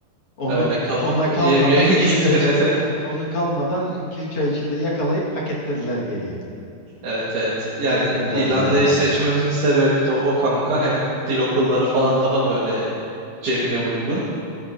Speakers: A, on the left (about 50°); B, on the right (about 55°).
A: Onu
B: öyle kaf
A: ona
B: yemiyor <laughs> İngiltere'de.
A: kalmadan 2-3 ay için onu kalmadan 2-3 ay içinde yakalayıp paketlediler geriye.
B: Evet evet. Yani
A: Direkt gönderdiler
B: İrlanda'yı
A: yani
B: seçmemizin sebebi de o kanka. Hem dil okulları falan daha böyle cebine uygun.